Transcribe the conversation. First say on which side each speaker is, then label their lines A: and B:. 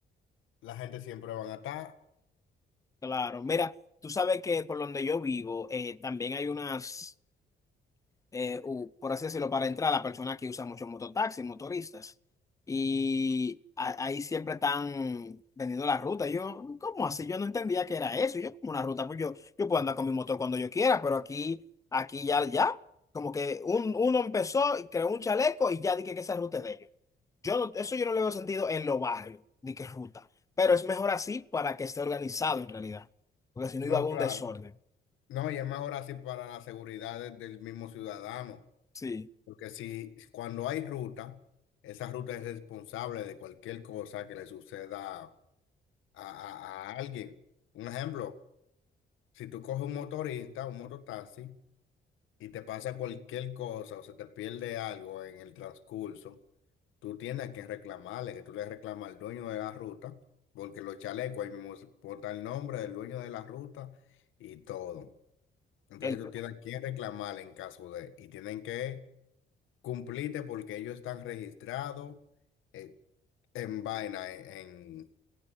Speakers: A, on the left; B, on the left.
A: la gente siempre van a estar.
B: claro. Mira, tú sabes que por donde yo vivo eh, también hay unas, eh, u- por así decirlo, para entrar, la persona que usa mucho mototaxi, motoristas. Y a- ahí siempre están vendiendo la ruta. Yo, ¿cómo así? Yo no entendía que era eso. Yo como una ruta, pues yo, yo puedo andar con mi motor cuando yo quiera, pero aquí, aquí ya, ya, como que un, uno empezó y creó un chaleco y ya dije que esa ruta es de ellos. Yo no- eso yo no le veo sentido en los barrios, ni que ruta. Pero es mejor así para que esté organizado en realidad. Porque si
A: No,
B: no iba a haber
A: claro.
B: un desorden.
A: No, y es mejor así para la seguridad de- del mismo ciudadano,
B: Sí.
A: porque si cuando hay ruta, esa ruta es responsable de cualquier cosa que le suceda a, a- a alguien. Un ejemplo, si tú coges un motorista, un mototaxi, y te pasa cualquier cosa o se te pierde algo en el transcurso, tú tienes que reclamarle, que tú le reclamas al dueño de la ruta, porque los chalecos ahí mismo se- botan el nombre del dueño de la ruta y todo. Entonces
B: El,
A: tú tienes que reclamar en caso de, y tienen que cumplirte porque ellos están registrados eh, en vaina, en,